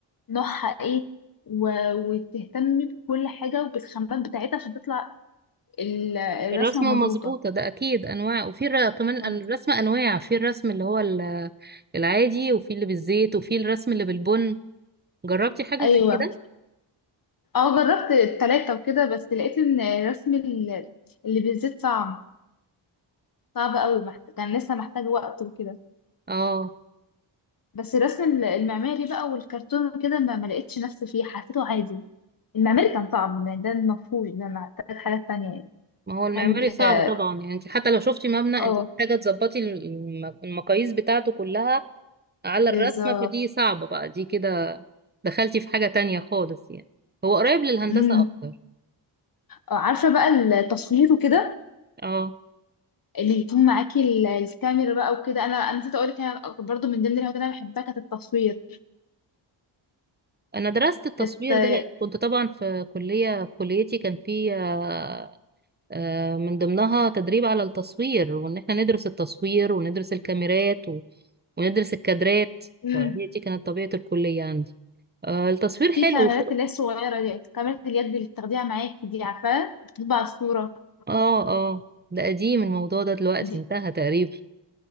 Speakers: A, on the left; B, on the right.
A: نوعها ايه و... وتهتمي بكل حاجه وبالخامات بتاعتها عشان تطلع ال- الرسمه
B: الرسمه
A: مظبوطه
B: مظبوطه ده اكيد انواع وفي الر- كمان
A: أو.
B: الرسم انواع في الرسم اللي هو ال- العادي وفي اللي بالزيت وفي الرسم اللي بالبن جربتي حاجه
A: ايوه
B: زي كده
A: اه جربت التلاته وكده بس لقيت ان رسم ال- اللي بالزيت صعب صعب قوي محت... كان لسه محتاج وقت وكده
B: اه
A: بس الرسم ال- المعماري بقى والكرتون وكده ما ما لقيتش نفسي فيه حسيته عادي المعماري كان صعب يعني ده المفروض ده أنا محتاج حاجات تانية يعني
B: ما هو المعماري
A: محتاج
B: صعب طبعا يعني انت حتى لو شفتي مبنى
A: <laughs> اه
B: انت محتاجه تظبطي الم- المقاييس بتاعته كلها على
A: بالظبط
B: الرسمه فدي صعبه بقى دي كده دخلتي في حاجه تانية خالص يعني هو قريب للهندسه
A: امم
B: اكتر
A: آه، عارفه بقى التصوير وكده
B: اه
A: اللي يكون معاكي ال- الكاميرا بقى وكده انا انا نسيت اقول لك انا برضو من ضمن الهوايات اللي انا بحبها كانت التصوير
B: انا درست التصوير
A: كانت آه،
B: ده لان كنت طبعا في كليه في كليتي كان في آه، آه، من ضمنها تدريب على التصوير وان احنا ندرس التصوير وندرس الكاميرات و- وندرس الكادرات
A: امم
B: فهي دي كانت طبيعه الكليه عندي آه، التصوير حلو
A: في كاميرات اللي هي الصغيره دي كاميرا اليد اللي بتاخديها معاكي دي عارفاها بتطبع الصوره
B: اه اه ده قديم الموضوع ده دلوقتي
A: دي،
B: انتهى تقريبا